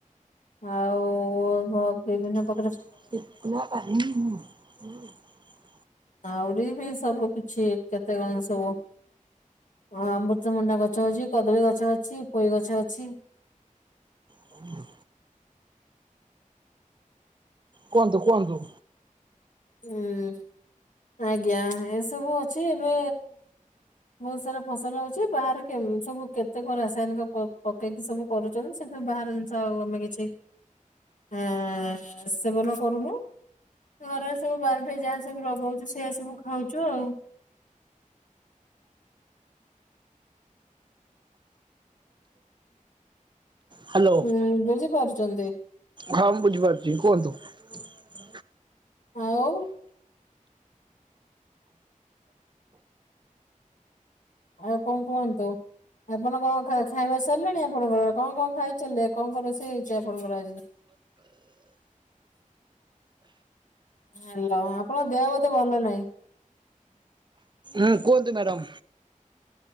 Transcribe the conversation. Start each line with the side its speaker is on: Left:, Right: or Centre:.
Left: ଆଉ ଓ ଭ ବ। ବିଭିନ୍ନ ପ୍ର
Right: <unintelligible>
Left: ଆହୁରି ବି ସବୁ କିଛି କେ ତେ କଣ ସବୁ। ହଁ ଅମବୃତ ଭଣ୍ଡା ଗ ଗଛ ଅଛି କଦଳୀ ଗଛ ଅଛି ପୋଇ ଗଛ ଅଛି।
Right: ହୁ କୁହନ୍ତୁ କୁହନ୍ତୁ।
Left: ହୁଁ ଆଜ୍ଞା ଏସବୁ ଅଛି ଏବେ ବହୁତ ସାରା ଫସଲ ଅଛି ବାହରେ କେମ୍ ସବୁ କେତେ କ ରାସାୟନିକ ପକେଇକି ସବୁ କରୁଛନ୍ତି ସେଥି ବାହରୁ ଜିନିଶ ସ ଆଉ ଆମେ କିଛି। ଆଁ ସେବନ କରୁନୁ ଘରେ। ସବୁ ବାରିରେ ଯାହା ସବୁ ଲଗାଉଛୁ ସେଇଆ ସବୁ ଖାଉଛୁ ଆଉ।
Right: ହାଲୋ
Left: ଉଁ ବୁଝିପାରୁଛନ୍ତି
Right: ହଁ ମୁଁ ବୁଝିପାରୁଛି କୁହନ୍ତୁ। ହ
Left: ଆଉ। ଆଉ କଣ କୁହନ୍ତୁ ଆପଣ କଣ ଖାଇ ଖାଇବା ସାରିଲାଣି ଆପଣଙ୍କର କଣ କଣ ଖାଇଥିଲେ କଣ କଣ ରୋଷେଇ ହେଇଛି ଆପଣଙ୍କର ଆଜି। ହାଲୋ ଆପଣଙ୍କ ଦେହ ବୋଧେ ଭଲ ନାହିଁ।
Right: ଉଁ କୁହନ୍ତୁ ମ୍ୟାଡାମ।